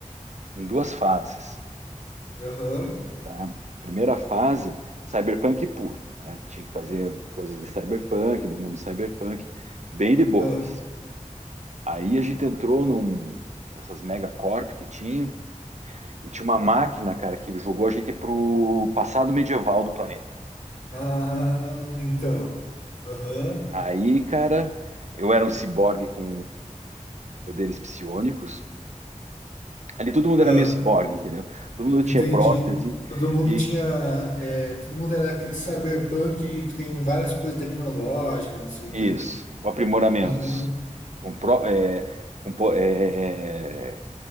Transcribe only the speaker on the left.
aham,
ah,
ah, então, aham,
ah,
entendi.
Todo mundo
tinha, é, todo mundo era aquele cyberpunk que tem várias coisas tecnológicas, não sei
o quê.
Aham,